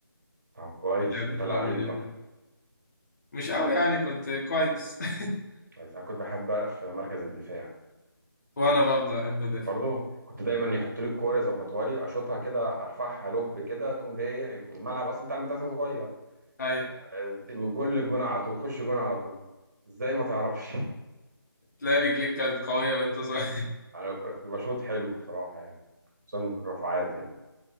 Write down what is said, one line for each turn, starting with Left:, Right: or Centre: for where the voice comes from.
Right: طب كويس
Left: اللي هو
Right: انت
Left: بتلعب
Right: لعيب
Left: مين امبابي
Right: بقى
Left: مش قوي يعني كنت كويس <laughs>
Right: كويس انا كنت بحب بقى في مركز الدفاع
Left: وانا برضه احب ادافع
Right: برضه كنت دايما يحط لي الكوره يظبطها لي اشوطها كده ارفعها لوب كده تقوم جاي ايه الملعب اصلا بتاع المدرسه صغير
Left: اي
Right: آه، من جول للجون على طول تخش جون على طول ازاي ما تعرفش <laughs>
Left: تلاقي رجليك كانت قويه وانت صغير
Right: انا كنت بشوط حلو بصراحه يعني خصوصا في الرفعات يعني